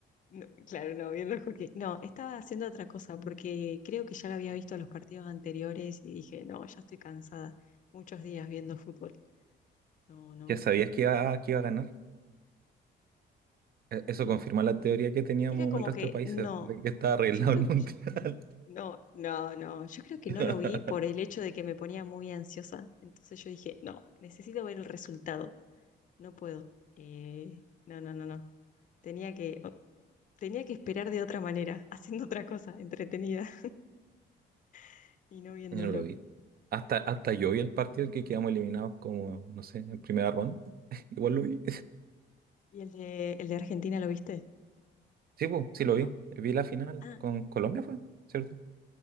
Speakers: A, on the left (about 40°); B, on the right (about 50°).
A: no, claro, no, viendo el hockey. No, estaba haciendo otra cosa porque creo que ya lo había visto los partidos anteriores y dije, no, ya estoy cansada. Muchos días viendo fútbol. No, no,
B: ¿Ya sabías que iba, que iba a ganar? E- Eso
A: no.
B: confirma la teoría que teníamos
A: Era como
B: el resto
A: que
B: de países,
A: no,
B: de que estaba arreglado
A: yo creo
B: el <laughs> mundial.
A: que no, no, no, yo creo que no
B: <laughs>
A: lo vi por el hecho de que me ponía muy ansiosa. Entonces yo dije, no, necesito ver el resultado, no puedo. Eh, no, no, no, no. Tenía que, o- tenía que esperar de otra manera, <laughs> haciendo otra cosa entretenida <laughs> y no viéndolo.
B: Yo no lo vi. Hasta, hasta yo vi el partido que quedamos eliminados como, no sé, en primera ronda. <laughs> Igual lo vi.
A: ¿Y el de, el de Argentina lo viste?
B: Sí, pues, sí lo
A: No.
B: vi. Vi la final
A: Ah,
B: con Colombia, ¿fue? ¿Cierto?